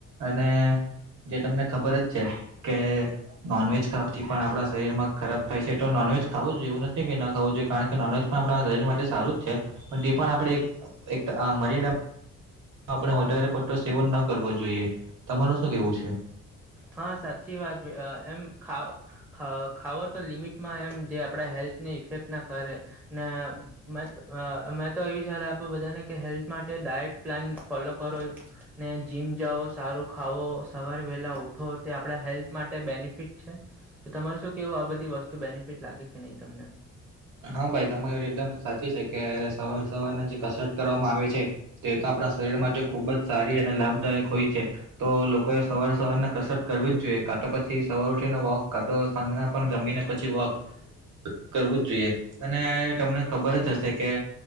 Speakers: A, on the right (about 80°); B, in the centre.
A: અને જે તમને ખબર જ છે કે નોનવેજ ખાવાથી પણ આપણા શરીરમાં ખરાબ થાય છે તો નોનવેજ ખાવું જોઈએ એવું નથી કે ન ખાવું જોઈએ કારણ કે નોનવેજ પણ આપડા શરીર માટે સારું જ છે પણ તે પણ આપડે એક એક અ મર્યાદા આપણે વધારે પટ્ટો સેવન ન કરવો જોઈએ તમારુ શું કેવું છે?
B: હા સાચી વાત વે અ એમ ખા ખ ખાવો તો લિમિટમાં એમ જે આપડા હેલ્થને ઇફેક્ટ ના કરે ને મેત અ મેં તો એવી સલાહ આપું બધાને કે હેલ્થ માટે ડાયટ પ્લેન ફોલો કરો ને જીમ જાઓ, સારું ખાવો, સવારે વેલા ઉઠ ઠો તે આપડા હેલ્થ માટે બેનિફિટ છે. તો તમારું શું કેવું આ બધી વસ્તુ બેનિફિટ લાગે કે નહીં તમને?
A: હા ભાઈ તમારી રિધમ સાચી છે કે સવાર સવારના જે કસરત કરવામાં આવે છે તે તો આપડા શરીર માટે ખુબ જ સારી અને લાભદાયક હોય છે. તો લોકોએ સવાર સવારના કસરત કરવી જ જોઈએ કાંતો પછી સવાર ઉઠીને વોક કાંતો સાંજના પણ જમીને પછી વોક કરવું જ જોઈએ. અને તમને ખબર જ હશે કે